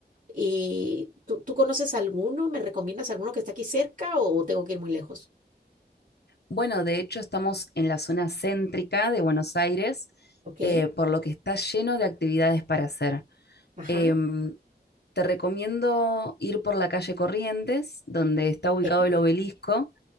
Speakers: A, on the right; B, on the left.
A: Eh, ¿tú, tú conoces alguno? ¿Me recomiendas alguno que está aquí cerca o tengo que ir muy lejos?
B: Bueno, de hecho, estamos en la zona céntrica de Buenos Aires,
A: Ok,
B: eh, por lo que está lleno de actividades para hacer.
A: ajá,
B: Em, Te recomiendo ir por la calle Corrientes, donde está ubicado
A: ok,
B: el obelisco.